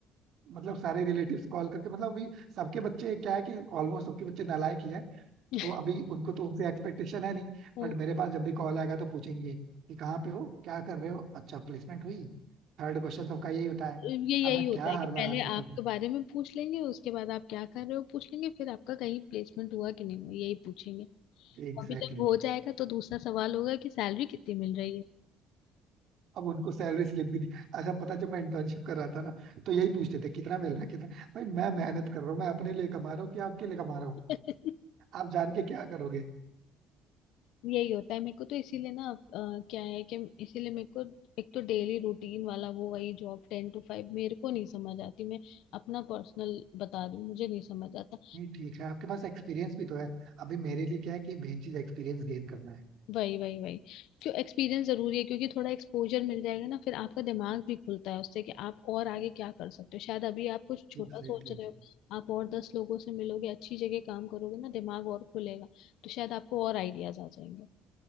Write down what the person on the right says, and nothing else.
मतलब सारे रिलेटिव्स कॉल करके मतलब अभी सबके बच्चे क्या है कि ऑलमोस्ट सबके बच्चे नालायक ही है
तो अभी उनको तो उनसे एक्सपेक्टेशन है नहीं
बट मेरे पास जब भी कॉल आएगा तो पूछेंगे कि कहाँ पे हो क्या कर रहे हो अच्छा प्लेसमेंट हुई थर्ड क्वेश्चन सबका यही होता है
अब मैं
क्या
हर
बार आंसर
करूँ
Exactly
exactly.
अब उनको सैलरी स्लिप भी दी- अच्छा पता है, जब मैं इंटर्नशिप कर रहा था ना तो यही पूछते थे कितना मिल रहा है कितना भाई मैं मेहनत कर रहा हूँ मैं अपने लिए कमा रहा हूँ कि आपके लिए कमा रहा हूँ
आप जान के क्या करोगे
नहीं ठीक है आपके पास एक्सपीरियंस भी तो है अभी मेरे लिए क्या है कि मेन चीज एक्सपीरियंस गेन करना है
Exactly
exactly,